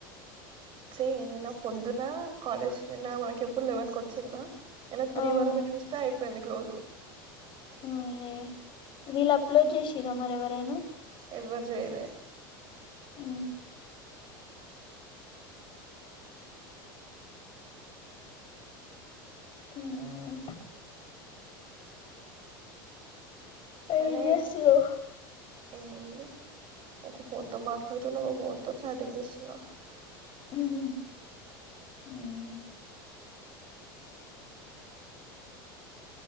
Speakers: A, on the right; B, on the left.
A: సే నిన్న పొద్దున కాలేజ్ నిన్న మనకి ఎప్పుడు లెవన్కి వచ్చిందా ఇయ్యాల త్రీ
B: అవును
A: వరకు చూస్తే అయిపోయింది క్లోజ్
B: అర్రే వీళ్ళు అప్లోడ్ చేసిరా మరి ఎవరైనా
A: ఎవరు చేయలే
B: ఉం ఇంకా
A: పనే
B: ఏం చేస్తున్నావు
A: ఏముంది ఒక ఫోన్ తో మాట్లాడుతున్నా ఒక ఫోన్ తో చాటింగ్ చేస్తున్నా
B: హు హామ్ ఉం